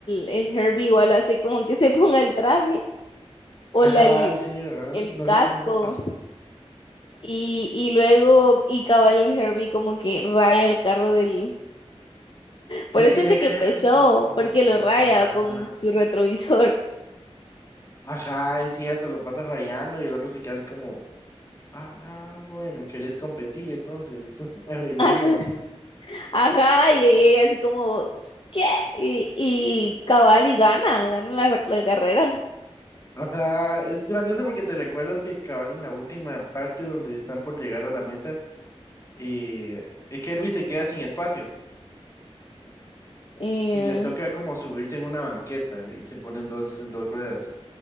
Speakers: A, on the left; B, on the left.
A: el Herbie igual hace como que se <laughs> ponga el traje o
B: Ajá,
A: la, el,
B: sí, ajá,
A: el
B: no
A: casco
B: sé cómo pasó.
A: y, y luego y cabal el Herbie como que raya el carro del...
B: Es
A: Por eso
B: cierto.
A: es de que empezó, porque lo raya
B: Ajá.
A: con su retrovisor.
B: Ajá, es cierto, lo pasa rayando y el otro se queda así como... Ah, bueno, querés competir, entonces <laughs> arreglémoslo
A: <laughs> Ajá,
B: así.
A: ajá, y ella así como, ¿qué? Y, y cabal y gana, gana la, ra- la carrera.
B: O sea, es gracioso porque te recuerdas que acabar en la última parte donde están por llegar a la meta y eh, Herbie se queda sin espacio
A: Eh,
B: y le toca como subirse en una banqueta y se ponen dos en dos ruedas.